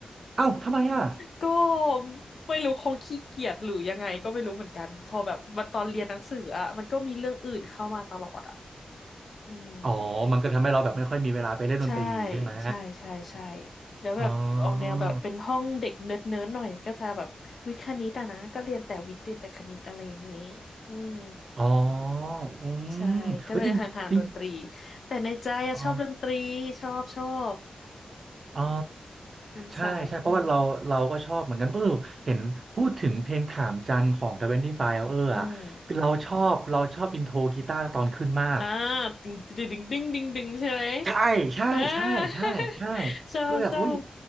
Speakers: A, on the right; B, on the left.
A: เอ้าทำไมอ่ะ
B: ก็ไม่รู้คงขี้เกียจหรือยังไงก็ไม่รู้เหมือนกันพอแบบมันตอนเรียนหนังสืออ่ะมันก็มีเรื่องอื่นเข้ามาตลอดอ่ะอืม
A: อ๋อมันก็ทำให้เราแบบไม่ค่อยมีเวลาไปเล่นดนตรีใช่ไหม
B: ใช่ใช่ใช่ใช่แล้วแบบออกแนวแบบเป็นห้องเด็กเนิร์ดเนิร์ดหน่อยก็จะแบบวิทย์คณิตอะนะก็เรียนแต่วิทย์เรียนแต่คณิตอะไรอย่างนี้
A: อ๋อ
B: อืม
A: อ๋ออืมเฮ้ยจริงจริง
B: ใช่ก็เลยห่างๆดนตรีแต่ในใจอะชอบดนตรีชอบชอบ
A: อ๋อ อ๋อ
B: เป็นสายอืม
A: ใช่ใช่เพราะว่าเราเราก็ชอบเหมือนกันเออเห็นพูดถึงเพลงถามจันของทเวนตี้ไฟเอออ่ะคือเราชอบเราชอบอินโทรกีตาร์ตอนขึ้นมาก
B: อืม อ่าดึงดึงดึงดึงดึงดึงใช่ไหม
A: ใช่ใช่ใช่ใช่ใช่
B: อ่า <laughs> ชอบชอบ
A: คือแบบอุ้ย